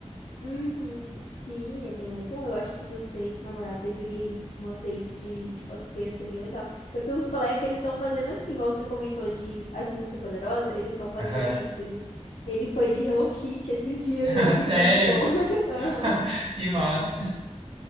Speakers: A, on the left; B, on the right.
A: Uhum. Sim, é bem legal. Eu acho que você e seu namorado deveriam ir uma vez de, de cosplay, ia ser bem legal. Eu tenho uns colegas que eles estão fazendo assim, igual você comentou de As Meninas Superpoderosas, eles estão fazendo
B: Aham.
A: isso. Ele, ele foi de Hello Kitty esses <laughs> dias,
B: <laughs>
A: eu achei
B: Sério?
A: muito bom. <laughs> Aham,
B: <laughs> Que massa.